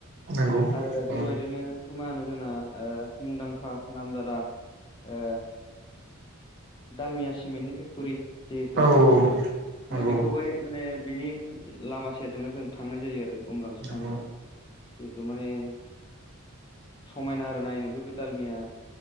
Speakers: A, on the right (about 50°); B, on the left (about 20°).
A: नंगौ
B: आरो
A: औ
B: बेबायदिनो मा होनो जोंना ओ मुंदांखा नामजादा ओ दालमिया सिमेन्टनि फेक्ट'रि जिहेतु
A: औ
B: माने
A: नंगौ
B: बेखौहाय माने बिनि लामा सेरजोंनो जों थांनाय जायो आरो उमरांस'
A: नंगौ
B: थाङोब्ला जिथु माने समायना आरो नायनोबो बे दालमिया